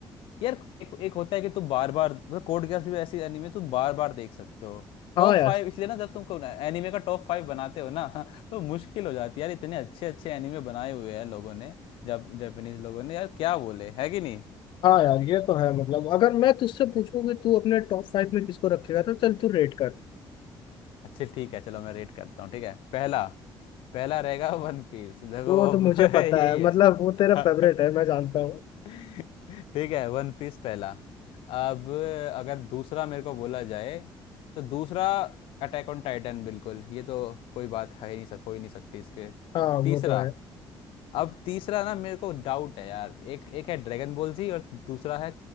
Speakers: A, on the left; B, on the left.
A: यार एक, एक होता है कि तुम बार बार मतलब कोड गेस भी ऐसी एनीमे तुम बार बार देख सकते हो
B: हाँ
A: टॉप
B: यार
A: फाइव इसलिए ना जब तुम एनीमे का टॉप फाइव बनाते हो ना <laughs> तो मुश्किल हो जाती है यार इतने अच्छे अच्छे एनीमे बनाए हुए हैं लोगों ने जब जापानीज लोगों ने यार क्या बोले है कि नहीं
B: हाँ यार ये तो है मतलब अगर मैं तुझसे पूछूं कि तू अपने टॉप फाइव में किसको रखेगा तो चल तू रेट कर
A: अच्छे ठीक है चलो मैं रेट करता हूँ ठीक है पहला पहला रहेगा वन पीस देखो
B: वो तो
A: अब
B: मुझे
A: <laughs>
B: पता
A: यही
B: है मतलब वो
A: है
B: तेरा
A: <laughs>
B: फेवरेट है मैं जानता हूँ
A: ठीक है वन पीस पहला अब अगर दूसरा मेरे को बोला जाए तो दूसरा अटैक ऑन टाइटन बिल्कुल ये तो कोई बात है ही नहीं सक हो ही नहीं सकती इसके
B: हाँ
A: तीसरा
B: वो तो है
A: अब तीसरा ना मेरे को डाउट है यार एक एक है ड्रैगन बॉल जी और दूसरा है